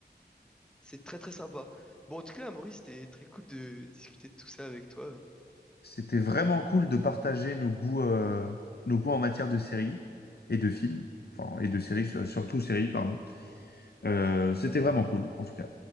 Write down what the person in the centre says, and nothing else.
C'est très très sympa. Bon, en tout cas, Maurice, c'était très cool de discuter de tout ça avec toi.